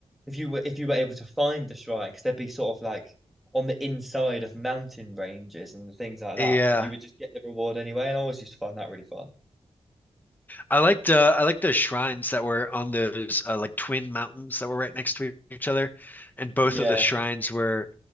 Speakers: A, in the centre; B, on the left (about 15°).
A: if you were if you were able to find the shrine, because they'd be sort of like on the inside of mountain ranges and things like
B: Yeah,
A: that, you would just get the reward anyway, and I always used to find that really fun.
B: I liked uh, I liked the shrines that were on those uh, like twin mountains that were right next to each other, and both
A: Yeah,
B: of the shrines were